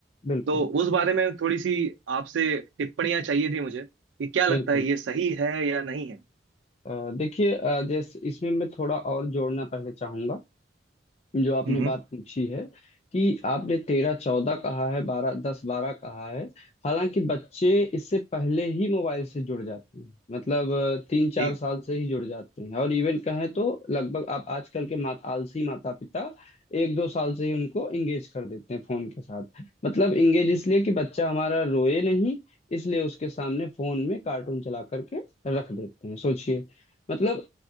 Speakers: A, on the left; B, on the right.
A: बिल्कुल
B: तो उस बारे में थोड़ी सी आपसे टिप्पणियां चाहिए थी मुझे कि क्या लगता
A: बिल्कुल
B: है ये सही है या नहीं है
A: अ, देखिए अ, जैसे इसमें मैं थोड़ा और जोड़ना पहले चाहूंगा जो आपने
B: हम्म
A: बात पूछी है कि आपने तेरह चौदह कहा है बारह दस बारह कहा है हालांकि बच्चे इससे पहले ही मोबाइल से जुड़ जाते हैं मतलब अ, तीन चार
B: ये
A: साल से ही जुड़ जाते हैं और इवन कहें तो लगभग आप आजकल के मात आलसी माता पिता एक दो साल से ही उनको इंगेज कर देते हैं फोन के साथ मतलब इंगेज इसलिए कि बच्चा हमारा रोए नहीं इसलिए उसके सामने फोन में कार्टून चला करके रख देते हैं सोचिए मतलब